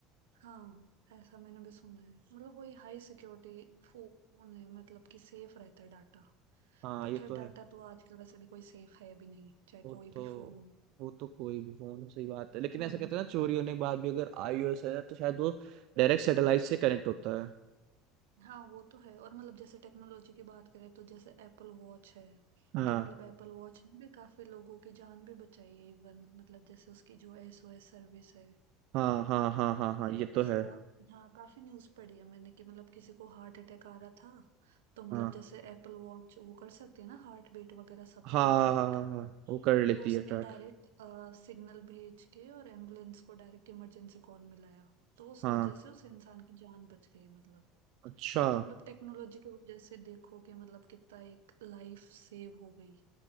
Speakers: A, on the right; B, on the right.
A: हाँ ऐसा मैंने भी सुना है मतलब वही हाई सिक्योरिटी फोन है मतलब कि सेफ रहता है डाटा
B: हाँ
A: पर
B: ये
A: खैर
B: तो
A: डाटा
B: है
A: तो आजकल वैसे भी कोई सेफ है भी नहीं चाहे
B: वो
A: कोई भी
B: तो
A: फोन हो
B: वो तो कोई भी फोन सही बात है लेकिन
A: हम्म
B: ऐसा कहते हैं ना चोरी होने के बाद भी अगर आईओएस है ना तो शायद वो डायरेक्ट सैटेलाइट से कनेक्ट होता है
A: हाँ वो तो है और मतलब जैसे टेक्नोलॉजी की बात करें तो जैसे एप्पल वॉच है
B: हाँ
A: तो मतलब एप्पल वॉच ने भी काफी लोगों की जान भी बचाई है इवन मतलब जैसे उसकी जो एसओएस सर्विस है
B: हाँ हाँ हाँ हाँ
A: तो
B: हाँ
A: मतलब
B: ये तो
A: ऐसा
B: है
A: हाँ काफी न्यूज पढ़ी है मैंने कि मतलब किसी को हार्ट अटैक आ रहा था तो मतलब
B: हाँ
A: जैसे एप्पल वॉच वो कर सकती है ना हार्ट बीट वगैरह सबको
B: हाँ
A: ट्रैक
B: हाँ हाँ हाँ, हाँ, वो कर लेती
A: तो उसने
B: है ट्रैक
A: डायरेक्ट सिग्नल भेज के और एम्बुलेंस को डायरेक्ट इमरजेंसी कॉल मिलाया तो उस
B: हाँ
A: वजह से उस इंसान की जान बच गई मतलब
B: अच्छा
A: तो मतलब टेक्नोलॉजी की वजह से देखो कि मतलब कितना एक लाइफ सेव हो गई